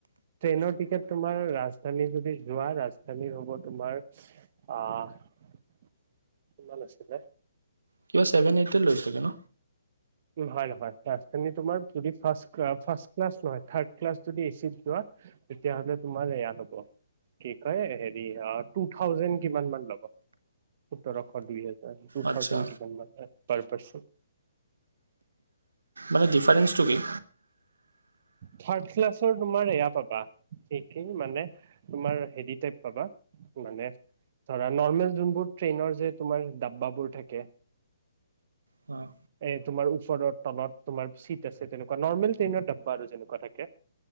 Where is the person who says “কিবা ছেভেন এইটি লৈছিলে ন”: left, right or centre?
Right